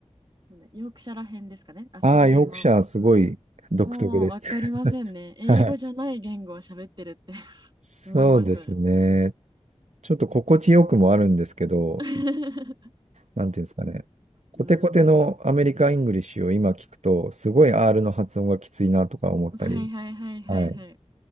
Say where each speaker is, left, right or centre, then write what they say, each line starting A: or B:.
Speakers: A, on the right; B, on the right.
A: なんだヨークシャら辺ですかね、あそこら辺の、
B: ああ、ヨークシャーすごい独特です。
A: もう分かりませんね。
B: <laughs>
A: 英語じゃない言語を喋ってるって
B: はい。
A: <laughs>
B: そうですね。
A: 思います。
B: ちょっと心地よくもあるんですけど、
A: <laughs>
B: なんていうんですかね。コテコテのアメリカ・
A: うん、
B: イングリッシュを今聞くと、すごい R の発音がきついなとか思ったり、
A: はいはいはいはいはい。
B: はい、